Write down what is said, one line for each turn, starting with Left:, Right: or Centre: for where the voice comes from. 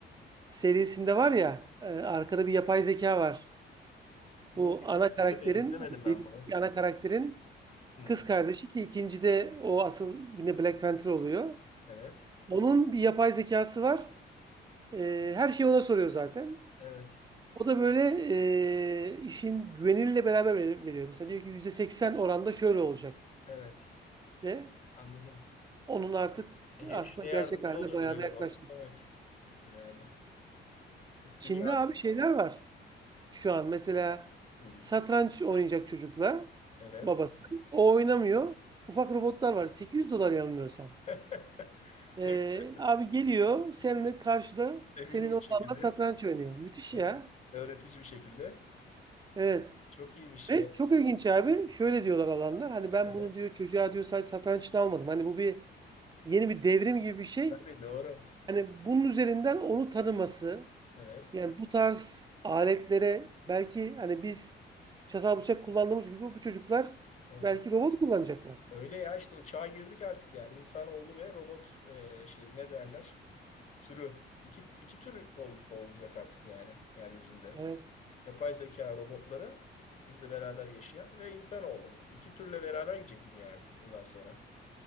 Right: serisinde var ya e, arkada bir yapay zeka var.
Left: Bu
Right: Bu ana karakterin
Left: değil mi? İzlemedim
Right: yani
Left: ben
Right: birinci
Left: bunu.
Right: ana karakterin
Left: Hı,
Right: kız kardeşi ki ikincide o asıl yine Black Panther oluyor.
Left: evet.
Right: Onun bir yapay zekası var. Ee, her şeyi ona soruyor zaten.
Left: Evet.
Right: O da böyle ee, işin güveniyle beraber ver- veriyor. Mesela diyor ki %80 oranda şöyle olacak
Left: Evet.
Right: de.
Left: Anladım.
Right: Onun artık
Left: E, her
Right: aslında
Left: işte yardımcı
Right: gerçek haline
Left: oluyordur.
Right: bayağı
Left: Evet.
Right: da yaklaştık.
Left: o- evet. Yani tıp
Right: Çin'de
Left: dünyası.
Right: abi şeyler var şu an. Mesela
Left: Hı,
Right: satranç oynayacak çocukla
Left: evet.
Right: babası. O oynamıyor. Ufak robotlar var. 800 dolar yanılmıyorsam.
Left: <laughs>
Right: Ee,
Left: Ne güzel,
Right: abi geliyor seninle karşıda
Left: emin
Right: senin
Left: bir
Right: oğlanla
Left: şekilde.
Right: satranç oynuyor. Müthiş
Left: Evet.
Right: ya.
Left: Öğretici bir şekilde.
Right: Evet.
Left: Çok iyiymiş
Right: Ve
Left: ya.
Right: çok ilginç abi. Şöyle diyorlar alanlar. Hani ben
Left: Evet.
Right: bunu diyor çocuğa diyor sadece satranç için almadım. Hani bu bir yeni bir devrim gibi bir şey.
Left: Tabii doğru.
Right: Hani bunun üzerinden onu tanıması.
Left: Evet.
Right: Yani bu tarz aletlere belki hani biz çatal bıçak kullandığımız gibi bu çocuklar
Left: Evet.
Right: belki robot kullanacaklar.
Left: Öyle ya işte o çağa girdik artık yani. İnsanoğlu ve robot e, şeyi ne derler? Türü. İki, iki tür ol- olacak artık yani yeryüzünde.
Right: Evet,
Left: Yapay zeka robotları bizle beraber yaşayan ve insanoğlu. İki türle beraber gidecek dünya artık bundan sonra.